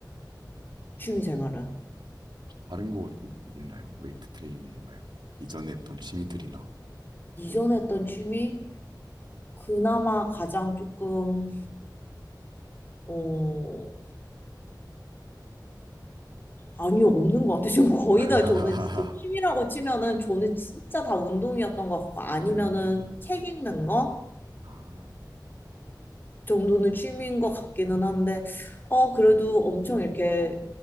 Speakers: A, on the left; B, on the right.
A: 취미 생활은.
B: 다른 거 있, 있나요? 웨이트 트레이닝 말고 이전에 했던 취미들이나.
A: 이전에 했던 취미, 그나마 가장 조금, 어, 아니요, 없는 것 같아요. 지금 거의
B: <laughs>
A: 다 저는 진짜 취미라고 치면은 저는 진짜 다 운동이었던 것 같고, 아니면은
B: 음,
A: 책 읽는 거?
B: 아,
A: 정도는 취미인 것 같기는 한데, 어, 그래도 엄청 이렇게